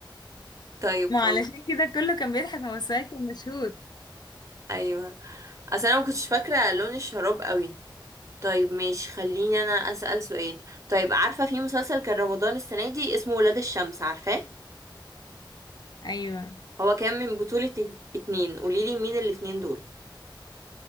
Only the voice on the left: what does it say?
ما
علشان كده كله كان بيضحك ما هو السؤال كان مشهور
ايوه